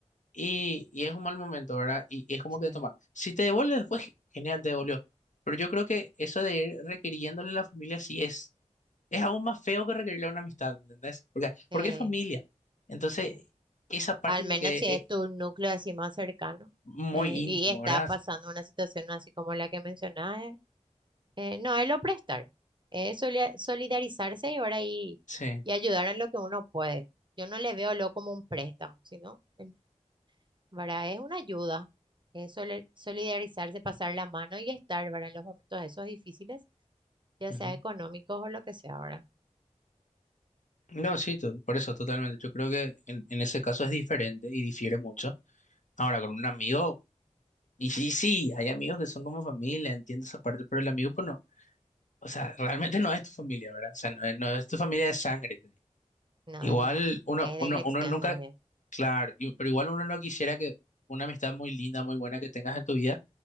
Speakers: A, on the left; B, on the right.
A: Y, y es un mal momento, ¿verdad? Y, y es como
B: Sí.
A: que toma. Si te devuelve después, ge- genial, te devolvió. Pero yo creo que eso de ir requiriéndole a la familia sí es. Es aún más feo que requerirle a una amistad, ¿me ¿entendés? Porque,
B: Eh,
A: porque es familia. Entonces,
B: eh,
A: esa parte
B: Al
A: es
B: menos
A: lo que
B: si es
A: es
B: tu núcleo así más cercano
A: muy
B: eh,
A: íntimo,
B: y está
A: ¿verdad?
B: pasando una situación así como la que mencionas Eh, no, es lo prestar, es solia- solidarizarse y ahora y,
A: Sí.
B: y ayudar en lo que uno puede. Yo no le veo lo como un préstamo, sino, en- ¿verdad? Es una ayuda, es soli- solidarizarse, pasar la mano y estar, ¿verdad? En los momentos esos difíciles, ya
A: ujú.
B: sea económicos o lo que sea, ¿verdad?
A: No, sí, to- por eso, totalmente. Yo creo que en, en ese caso es diferente y difiere mucho. Ahora, con un amigo, y sí, sí, hay amigos que son como familia, entiendo esa parte, pero el amigo, pues no. O sea, realmente no es tu familia, ¿verdad? O sea, no es, no es tu familia de sangre, te digo.
B: No,
A: Igual
B: es no,
A: uno,
B: es de
A: uno,
B: elección
A: uno nunca,
B: más bien.
A: claro, y- pero igual uno no quisiera que una amistad muy linda, muy buena que tengas en tu vida